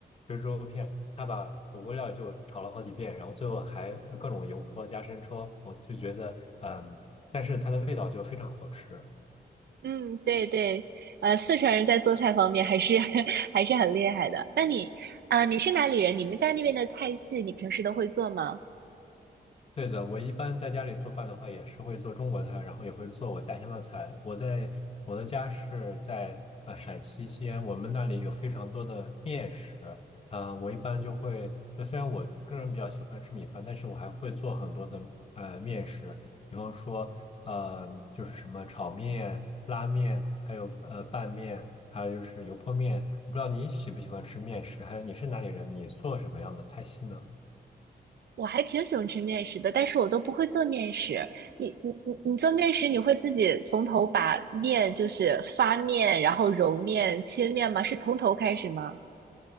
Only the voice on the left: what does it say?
水煮肉片，他把火锅料就炒了好几遍，然后最后还各种油泼加生抽，我就觉得嗯，但是它的味道就非常好吃。
对的，我一般在家里做饭的话，也是会做中国菜，然后也会做我家乡的菜。我在我的家是在呃陕西西安，我们那里有非常多的面食啊、我一般就会，呃虽然我个人比较喜欢吃米饭，但是我还会做很多的呃面食，比方说呃就是什么炒面、拉面，还有呃拌面，还有就是油泼面。我不知道你喜不喜欢吃面食，还有你是哪里人，你做什么样的菜系呢？